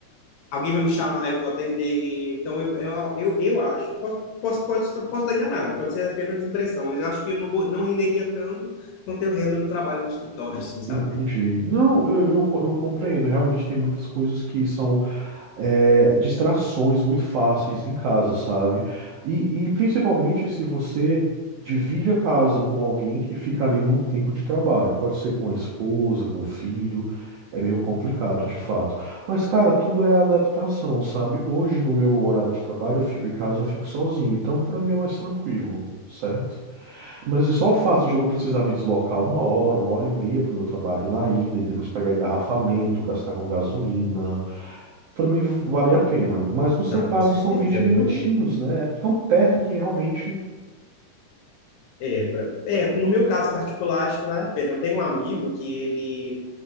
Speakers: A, on the left (about 75°); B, on the right (about 80°).
A: alguém vai me chamar, eu vou atender. Então, eu, eu, eu, eu acho, posso, posso, posso, posso estar enganado, pode ser apenas impressão, mas eu acho que eu não, vou, não renderia tanto quanto eu rendo no trabalho no escritório, assim, sabe?
B: Entendi. Não, eu, eu, co- eu compreendo. Realmente tem muitas coisas que são é, distrações muito fáceis em casa, sabe? E, e principalmente se você divide a casa com alguém que fica ali no tempo de trabalho. Pode ser com a esposa, com o filho. É meio complicado, de fato. Mas, cara, tudo é adaptação, sabe? Hoje, no meu horário de trabalho, eu fico em casa, eu fico sozinho. Então, pra mim é mais tranquilo, certo? Mas assim, só o fato de eu não precisar me deslocar uma hora, uma hora e meia para o meu trabalho na ida e depois pegar engarrafamento, gastar com gasolina, para mim vale a pena. Mas no seu
A: Não,
B: caso
A: com certeza,
B: são 20
A: é
B: minutinhos,
A: um ganho muito.
B: né? É tão perto que realmente.
A: É, pra, é, no meu caso particular, acho que vale a pena. Eu tenho um amigo que ele,